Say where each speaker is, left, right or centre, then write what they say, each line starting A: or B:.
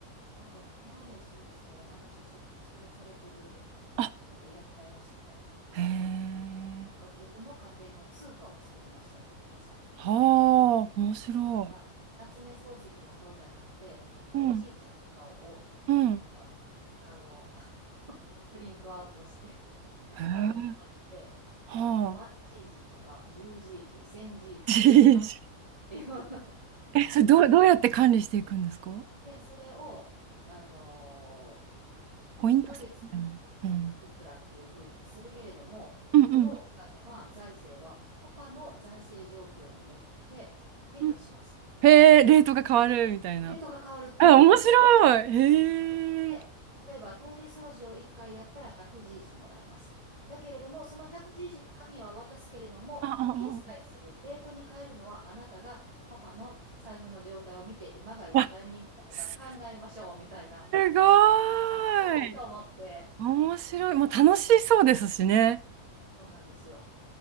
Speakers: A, on the right (about 25°); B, on the right (about 75°).
A: なんか前、そうですね、お話ししたとき、それされてる
B: あ、
A: 方いらっしゃいましたね。
B: へえ。
A: なんか自分の家庭の通貨を作りましたって言ってました。
B: はあ、面白い。
A: なんか、夏目漱石の顔じゃなくて、なんかおじいちゃんの顔を、
B: うん、うん。
A: なんか、つあの、<laughs> プリントアウトして、<laughs>
B: へえ。
A: 紙に貼って、
B: はあ。
A: 1GG とか 10GG、1000GG、
B: <laughs>
A: 1万っていうのを <laughs>
B: え、それどう、どうやって管理していくんですか
A: で、それを、あの
B: ポイント制みたいな。
A: ー、1ヶ月
B: うん。
A: いくらっていうふうにするけれども、このお金は、
B: うんうん。
A: 財政は、パパの財政状況によって変化します。
B: うんへえ、レートが変わるみたいな。
A: レートが変わるって言ってるんですよ。
B: あ、面白い。へえ。
A: で、
B: へー
A: 例えばトイレ掃除を1回やったら 100G もらえます。だけれども、その 100G の紙は渡すけれども、
B: ああ
A: 決済する、レートに変えるのはあなたがパパの財布の状態を見て、今がいいタイミングだとか考えましょうみたいな、
B: あわ、すごい。
A: はいと思って、
B: 面白い。まあ、楽しそうですしね。
A: そうなんですよ。